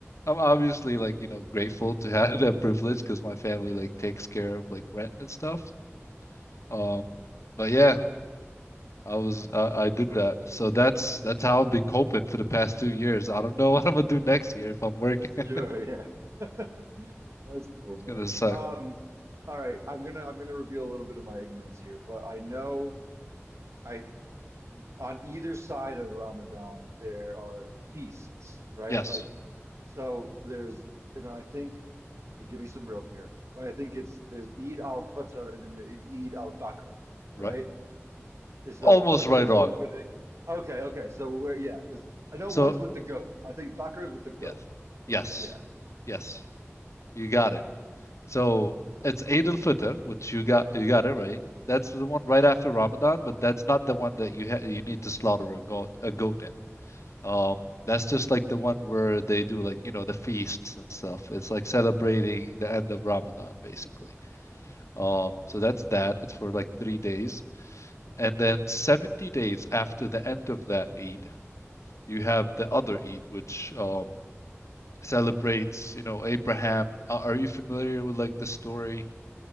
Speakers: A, on the left; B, on the right.
A: I'm obviously like, you know, grateful to have <laughs> that privilege because my family like takes care of like rent and stuff. Um, but yeah, I was I, I did that. So that's that's how I've been coping for the past two years. I don't know <laughs> what I'm gonna do next year if I'm working.
B: it. Yeah. Sure.
A: <laughs>
B: Yeah. <laughs> That's cool,
A: It's
B: man.
A: gonna suck.
B: Um, all right. I'm gonna I'm gonna reveal a little bit of my ignorance here, but I know. I. on either side of Ramadan, there are feasts, right?
A: Yes.
B: Like, so there's, you know, I think, give me some rope here, but I think it's there's Eid al-Fitr and then the Eid al-Bakr,
A: Right.
B: right? And so
A: Almost
B: Fitr
A: right
B: is
A: on.
B: opening. Okay, okay. So we're, yeah, because I know
A: So
B: one's with the goat. I think Bakr is with the goat,
A: yes.
B: but
A: Yes.
B: yeah.
A: Yes. You got it. So it's Eid al-Fitr, which you got you got it right. That's the one right after Ramadan, but that's not the one that you ha you need to slaughter a goat a goat in. Um, that's just like the one where they do like, you know, the feasts and stuff. It's like celebrating the end of Ramadan, basically. Um, so that's that. It's for like three days. And then 70 days after the end of that Eid, you have the other Eid, which um, celebrates, you know, Abraham. Uh, are you familiar with like the story